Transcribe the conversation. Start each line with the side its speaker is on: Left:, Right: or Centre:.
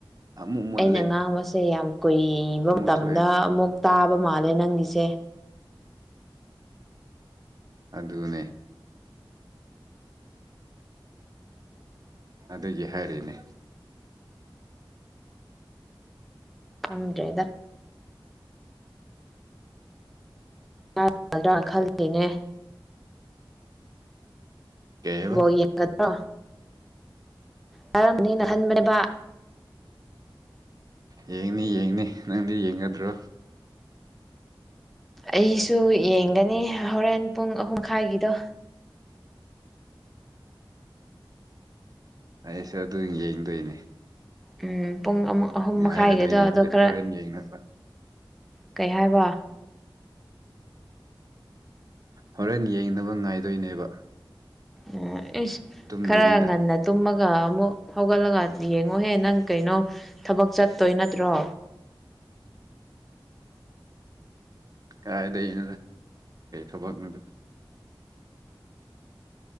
Right: ꯑꯃꯨꯛ ꯃꯨꯠꯂꯦ
Centre: ꯑꯩꯅ ꯉꯥꯡꯕꯁꯦ ꯌꯥꯝ ꯀꯨꯏꯕ
Right: ꯑꯃꯨꯛ
Centre: ꯃꯇꯝꯗ
Right: ꯊꯣꯛꯑꯦ
Centre: ꯑꯃꯨꯛ ꯇꯥꯕ ꯃꯥꯜꯂꯦ ꯅꯪꯒꯤꯁꯦ
Right: ꯑꯗꯨꯅꯦ ꯑꯗꯨꯒꯤ ꯍꯥꯏꯔꯤꯅꯦ
Centre: ꯈꯪꯗ꯭ꯔꯦꯗ ꯌꯥꯔꯒꯗ꯭ꯔꯥ ꯈꯜꯂꯤꯅꯦ
Right: ꯀꯩ ꯍꯥꯏꯕ
Centre: ꯕꯣꯜ ꯌꯦꯡꯒꯗ꯭ꯔꯣ ꯇꯥꯔꯝꯕꯅꯤꯅ ꯍꯟꯕꯅꯦꯕ
Right: ꯌꯦꯡꯅꯤ ꯌꯦꯡꯅꯤ ꯅꯪꯗꯤ ꯌꯦꯡꯒꯗ꯭ꯔꯣ
Centre: ꯑꯩꯁꯨ ꯌꯦꯡꯒꯅꯤ ꯍꯣꯔꯦꯟ ꯄꯨꯡ ꯑꯍꯨꯝꯈꯥꯏꯒꯤꯗꯣ
Right: ꯑꯩꯁꯨ ꯑꯗꯨ ꯌꯦꯡꯗꯣꯏꯅꯦ
Centre: ꯎꯝ ꯄꯨꯡ ꯑꯍꯨꯝ
Right: ꯉꯥꯏꯔꯗꯣꯏꯅꯤ
Centre: ꯃꯈꯥꯏꯒꯤꯗꯣ
Right: ꯍꯣ
Centre: ꯑꯗꯣ ꯈꯔ
Right: ꯍꯣꯔꯦꯟ ꯌꯦꯡꯉꯒ
Centre: ꯀꯩ ꯍꯥꯏꯕ
Right: ꯍꯣꯔꯦꯟ ꯌꯦꯡꯅꯕ ꯉꯥꯏꯗꯣꯏꯅꯦꯕ
Centre: ꯑꯣ ꯏꯁ
Right: ꯇꯨꯝꯗꯕꯤꯗ
Centre: ꯈꯔ ꯉꯟꯅ ꯇꯨꯝꯃꯒ ꯑꯃꯨꯛ ꯍꯧꯒꯠꯂꯒ ꯌꯦꯡꯉꯣꯍꯦ ꯅꯪ ꯀꯩꯅꯣ ꯊꯕꯛ ꯆꯠꯇꯣꯏ ꯅꯠꯇ꯭ꯔꯣ
Right: ꯀꯥꯔꯥꯏꯗꯩꯅꯣꯗ ꯀꯩ ꯊꯕꯛꯅꯣꯗ